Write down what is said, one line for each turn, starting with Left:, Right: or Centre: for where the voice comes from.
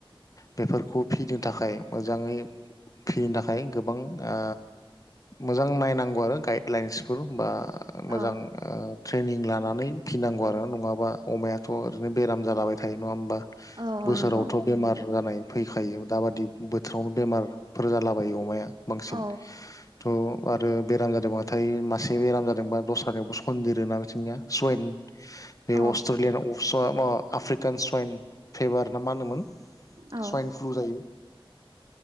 Left: बेफोरखौ फिनो थाखाय मोजाङै फिनो थाखाय गोबां ओ मोजां नायनांगौ आरो गाइडलाइन्सफोर बा
Right: औ
Left: मोजां ओ ट्रेनिं लानानै फिनांगौ आरो। नङाबा अमायाथ' ओरैनो बेराम जालाबाय थायो नङा होमबा?
Right: औ औ
Left: बोसोरावथ'
Right: नंगौ
Left: बेमार जानाय फैखायो दााबादि बोथोरावनो बेमारफोर जालाबायो अमाया बांसिन।
Right: औ
Left: थ' आरो बेराम जादोंबाथाय मासे बेराम जादोंबा दस्रानियावबो सनन्देरो ना बिथिंनिया सुवाइन बे
Right: औ
Left: अस्ट्रेलियान आफ्रिकान सवाइन फेभार ना मा होनोमोन
Right: औ
Left: सवाइन फ्लु जायो